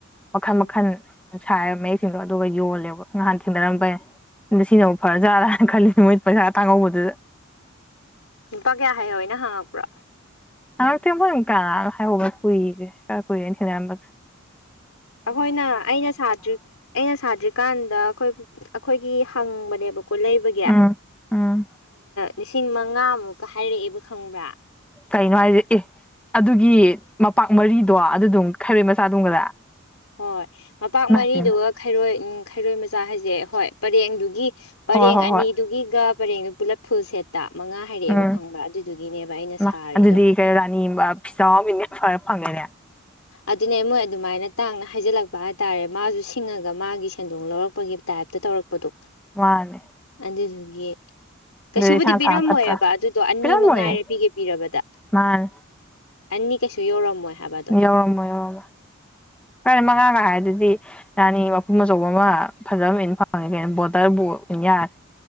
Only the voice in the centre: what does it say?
ꯃꯈꯟ
ꯃꯈꯟ ꯁꯥꯏ ꯃꯌꯦꯛ ꯁꯤꯂꯣ ꯑꯗꯨꯒ ꯌꯣꯜꯂꯦꯕ ꯉꯍꯥꯟ ꯊꯦꯡꯅꯔꯝꯏ
ꯑ ꯁꯤꯅꯕꯨ ꯐꯔꯖꯥꯔꯥꯅ ꯈꯜꯂꯤꯅꯦ ꯃꯣꯏ ꯄꯩꯁꯥ ꯇꯥꯡꯍꯧꯕꯗ
ꯍꯉꯛꯇꯦꯡꯣꯏ ꯀ ꯍꯥꯏꯍꯧꯕꯒ ꯀꯨꯏꯒꯦꯔ ꯀꯨꯏꯔꯦꯅ ꯊꯦꯡꯅꯔꯝꯕꯗ
ꯎꯝ ꯎꯝ
ꯀꯩꯅꯣ ꯍꯥꯏꯁꯦ ꯑꯦ ꯑꯗꯨꯒꯤ ꯃꯄꯥꯛ ꯃꯔꯤꯗꯣ ꯑꯗꯨꯗꯨꯝ ꯈꯥꯏꯔꯦ ꯃꯆꯥꯗꯨꯝꯒꯗ
ꯏꯃꯥꯏ
ꯄꯦꯝꯃ
ꯍꯣꯏ ꯍꯣꯏ
ꯍꯣꯏ
ꯎꯝ
ꯑꯗꯨꯗꯤ ꯏꯃꯥ ꯀꯩ ꯔꯥꯅꯤ ꯐꯤꯖꯥꯎꯕꯤ ꯐꯔ ꯐꯪꯉꯦꯅꯦ
ꯃꯥꯅꯦ
ꯑꯗꯨꯗꯤ ꯏꯁꯥ
ꯁꯥ ꯐꯠꯇ꯭ꯔꯥ
ꯄꯤꯔꯝꯃꯣꯏꯌꯦ
ꯃꯥꯅꯦ
ꯌꯧꯔꯝꯃꯣꯏ ꯌꯧꯔꯝꯃꯣꯏ ꯃꯉꯥꯒ ꯍꯥꯏꯗꯨꯗꯤ ꯔꯥꯅꯤ ꯃꯄꯨꯝ ꯑꯆꯧꯕ ꯑꯃ ꯐꯖꯕ ꯑꯣꯏꯅ ꯐꯪꯉꯦ ꯀꯩꯅꯣ ꯕꯣꯇꯔꯕꯨ ꯑꯣꯏꯅ ꯌꯥꯔꯦ